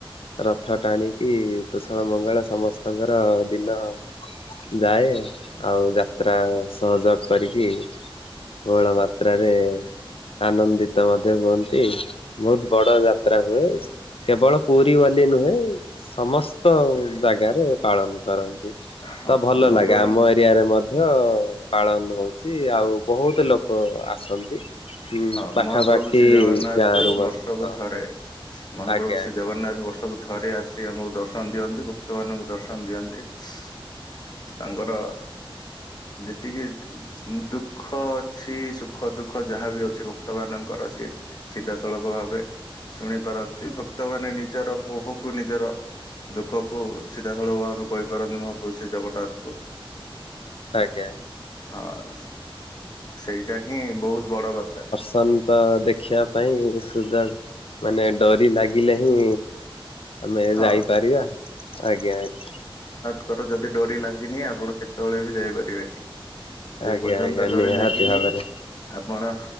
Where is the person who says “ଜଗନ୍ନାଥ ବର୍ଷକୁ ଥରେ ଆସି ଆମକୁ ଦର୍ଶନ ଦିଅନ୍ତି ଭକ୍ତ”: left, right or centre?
Left